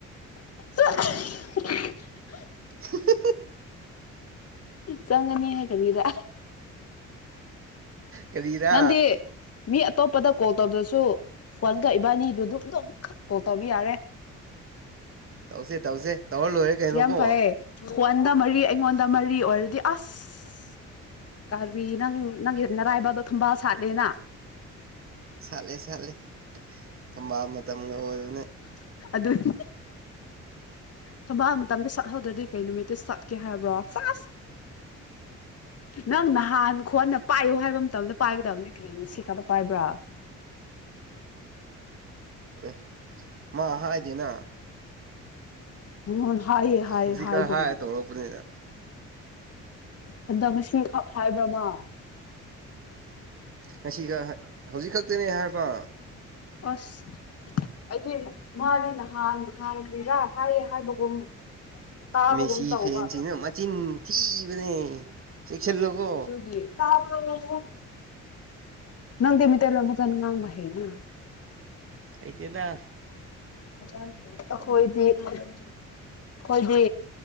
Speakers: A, on the left; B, on the right.
A: ꯆ꯫
B: ꯫
A: ꯆꯪꯒꯅꯤꯅ ꯈꯜꯂꯤꯔ꯫
B: ꯀꯔꯤꯔꯥ
A: ꯅꯪꯗꯤ ꯃꯤ꯫ ꯑꯇꯣꯞꯄꯗ ꯀꯣꯜ ꯇꯧꯗ꯭ꯔꯁꯨ ꯋꯥꯟꯒ ꯏꯕꯥꯅꯤꯗꯨ ꯑꯗꯨꯝꯗꯣ ꯑꯃꯨꯛꯈ ꯀꯣꯜ ꯇꯧꯕꯤ ꯌꯥꯔꯦ꯫
B: ꯇꯧꯁꯦ ꯇꯧꯁꯦ꯫ ꯇꯧꯔ ꯂꯣꯏꯔꯦ ꯀꯩꯅꯣꯀꯣ
A: ꯌꯥꯝ ꯐꯩꯌꯦ ꯍꯣꯟꯗ ꯃꯔꯤ ꯑꯩꯉꯣꯟꯗ ꯃꯔꯤ ꯑꯣꯏꯔꯗꯤ꯫ ꯑꯁ ꯀꯔꯤ ꯅꯪ ꯅꯪꯒꯤ ꯅꯔꯥꯏꯕꯗꯣ ꯊꯝꯕꯥꯜ ꯁꯥꯠꯂꯦꯅ꯫
B: ꯁꯥꯠꯂꯦ ꯁꯥꯠꯂꯦ꯫ ꯊꯝꯕꯥ ꯃꯇꯝꯒ ꯑꯣꯏ꯫
A: ꯫ ꯑꯗꯨꯅꯤ꯫ ꯊꯝꯕꯥꯜ ꯃꯇꯝ꯫ ꯑꯗꯨꯗ꯭ꯔꯗꯤ ꯀꯩ ꯅꯨꯃꯤꯠꯇꯨ ꯁꯠꯀꯦ ꯍꯥꯏꯔꯕ꯭ꯔꯣ ꯁꯥꯁ꯫ ꯅꯪ ꯅꯍꯥꯟ꯫ ꯈꯣꯟꯅ ꯄꯥꯏꯌꯣ ꯍꯥꯏꯕ ꯃꯇꯝꯗ ꯄꯥꯏꯒꯗꯕꯅꯤ ꯀꯔꯤ ꯉꯁꯤ ꯈꯛꯇ ꯄꯥꯏꯕ꯭ꯔꯥ꯫
B: ꯑꯦ ꯃꯥ ꯍꯥꯏꯗꯤꯅ꯫
A: ꯍ꯫ ꯍꯥꯏꯑꯌꯦ ꯍꯥꯏ
B: ꯍꯧꯖꯤꯛꯀ
A: ꯍꯥꯏꯒꯨꯝ꯫
B: ꯍꯥꯏꯔ ꯇꯧꯔꯛꯄꯅꯤꯅ
A: ꯍꯟꯗꯛꯁꯨ ꯈꯞ ꯍꯥꯏꯕ꯭ꯔꯃ꯫
B: ꯉꯁꯤ ꯈ ꯍꯧꯖꯤꯛ ꯈꯛꯇꯅꯦ ꯍꯥꯏꯔꯕ꯫
A: ꯑꯁ꯫ ꯑꯗꯨꯗꯅ ꯃꯥꯅꯗꯤ ꯅꯍꯥꯟ꯫ ꯍꯜꯗꯔ꯫ ꯍꯥꯏꯌꯦ ꯍꯥꯏꯕꯒꯨꯝ ꯇꯥꯕꯒꯨꯝ
B: ꯃꯦꯁꯤ
A: ꯇꯧꯕ
B: ꯐꯦꯟꯁꯤꯅ ꯃꯆꯤꯟ ꯊꯤꯕꯅꯦ ꯆꯦꯛꯁꯤꯜꯂꯨꯀꯣ
A: ꯑꯗꯨꯗꯤ꯫ ꯫ ꯅꯪꯗꯤ ꯃꯤꯇꯩ ꯂꯣꯜ ꯐꯖꯅꯥ ꯉꯥꯡꯕ ꯍꯩꯌꯦ꯫
B: ꯑꯇꯩꯅꯥ꫰
A: ꯑꯩꯈꯣꯏꯗꯤ ꯑꯩꯈꯣꯏꯗꯤ